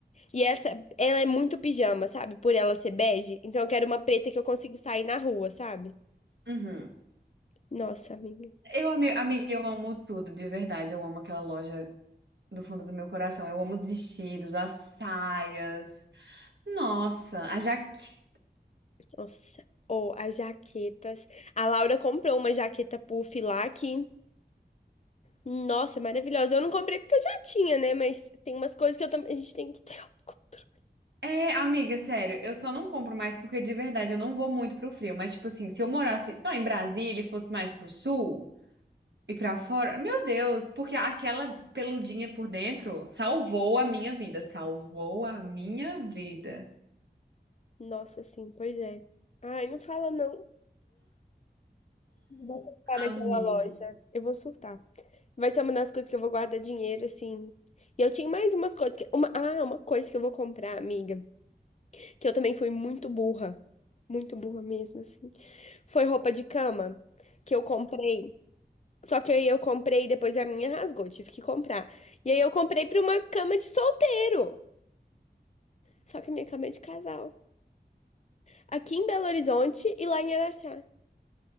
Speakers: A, on the left (about 40°); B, on the right (about 85°).
A: E essa, ela é muito pijama, sabe? Por ela ser bege. Então eu quero uma preta que eu consigo sair na rua, sabe?
B: Uhum.
A: Nossa, amiga.
B: Eu, ami- amiga, eu amo tudo, de verdade. Eu amo aquela loja do fundo do meu coração. Eu amo os vestidos, as saias. Nossa, a jaque.
A: Nossa. Ou as jaquetas. A Laura comprou uma jaqueta puff lá que. Nossa, maravilhosa. Eu não comprei porque eu já tinha, né? Mas tem umas coisas que eu também. A gente tem que ter <laughs> autocontrole.
B: É, amiga, sério, eu só não compro mais porque de verdade eu não vou muito pro frio. Mas, tipo assim, se eu morasse só em Brasília e fosse mais pro sul. E pra fora? Meu Deus, porque aquela peludinha por dentro salvou a minha vida. Salvou a minha vida.
A: Nossa, sim, pois é. Ai, não fala não. Eu Vou surtar naquela
B: Amiga.
A: loja. Eu vou surtar. Vai ser uma das coisas que eu vou guardar dinheiro, assim. E eu tinha mais umas coisas que. Uma... Ah, uma coisa que eu vou comprar, amiga. Que eu também fui muito burra. Muito burra mesmo, assim. Foi roupa de cama que eu comprei. Só que aí eu comprei e depois a minha rasgou, tive que comprar. E aí eu comprei pra uma cama de solteiro. Só que eu me acabei de casar. Aqui em Belo Horizonte e lá em Araxá.